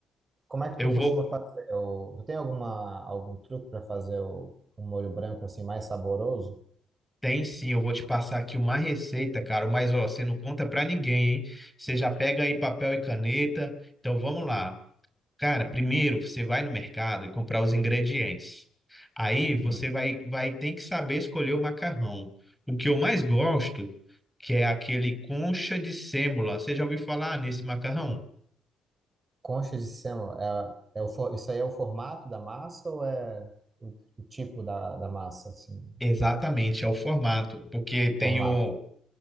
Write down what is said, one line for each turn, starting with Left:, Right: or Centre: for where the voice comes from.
Right: como é que
Centre: Eu
Right: tu costuma
Centre: vou.
Right: fazer? O, tu tem alguma, algum truque para fazer o, um molho branco assim mais saboroso?
Centre: Tem sim, eu vou te passar aqui uma receita, cara, mas ó, você não conta pra ninguém, hein? Você já pega aí papel e caneta. Então vamos lá. Cara, primeiro você vai no mercado e comprar os ingredientes. Aí você
Right: Hum.
Centre: vai vai ter que saber escolher o macarrão. O que eu mais gosto, que é aquele concha de sêmola. Você já ouviu falar nesse macarrão?
Right: Concha de sêmola, é, é o, for- isso aí é o formato da massa ou é o, o tipo da, da massa, assim?
Centre: Exatamente, é o formato, porque tem
Right: Formato.
Centre: o